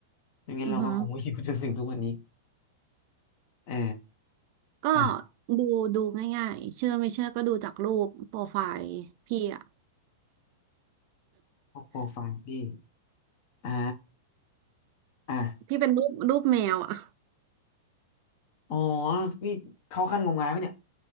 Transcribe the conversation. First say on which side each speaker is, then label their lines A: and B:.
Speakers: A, on the left (about 50°); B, on the right (about 50°).
A: ไม่งั้นเราก็คงไม่อยู่จนถึงทุกวันนี้
B: อือหือ
A: เออ
B: ก็
A: อ่ะ
B: ดูดูง่ายๆเชื่อไม่เชื่อก็ดูจากรูปโปรไฟล์พี่อะ
A: พวกโปรไฟล์พี่อ่ะอ่ะ
B: พี่เป็นรูปรูปแมวอะ
A: อ๋อพี่เข้าขั้นงมงายไหมเนี่ย